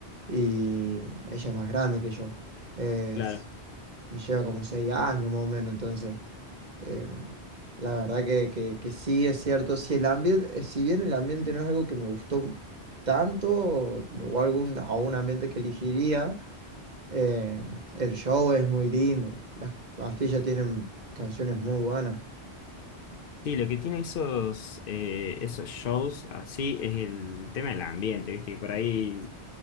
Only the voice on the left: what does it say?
Claro.
Sí, lo que tiene esos, eh, esos shows así es el tema del ambiente, ¿viste? Que por ahí